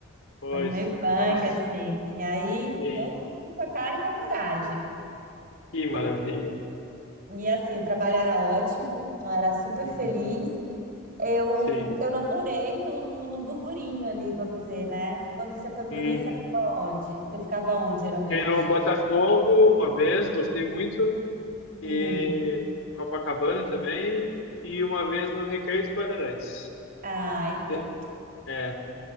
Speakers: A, on the left; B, on the right.
A: Pois,
B: foi meio punk,
A: nossa,
B: assim. E aí
A: sim,
B: eu fui com a cara e com a coragem.
A: que maravilha.
B: E assim, o trabalho era ótimo, eu era super
A: Uhum,
B: feliz. Eu,
A: sim.
B: eu não morei no, no, no burburinho ali, vamos dizer, né? Quando você foi para
A: Hum.
B: o Rio, você ficou onde? Você ficava onde, geralmente?
A: Fui no Botafogo uma vez, gostei muito.
B: Hum.
A: e Copacabana também, e uma vez no Recreio dos Bandeirantes.
B: Ah, então.
A: E te- É.